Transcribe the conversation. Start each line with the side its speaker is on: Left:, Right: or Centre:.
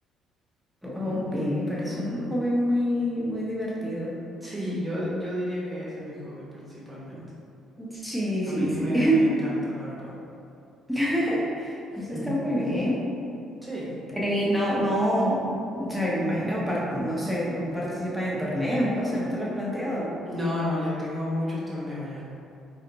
Centre: Oh,
Right: Mm,
Centre: bien, pero
Right: ujú.
Centre: eso es un hobby
Right: <laughs>
Centre: muy, muy divertido.
Right: Sí, yo, yo diría que ese es mi hobby principalmente.
Centre: Sí,
Right: A
Centre: sí,
Right: mí
Centre: sí.
Right: me, me encanta, la verdad.
Centre: <laughs>
Right: <laughs>
Centre: Eso está muy bien.
Right: Sí.
Centre: Pero y no, no, o sea, imagino, par- no sé, no participas en torneos y cosas, ¿no te lo has planteado?
Right: No, no, ya tengo muchos torneos ya.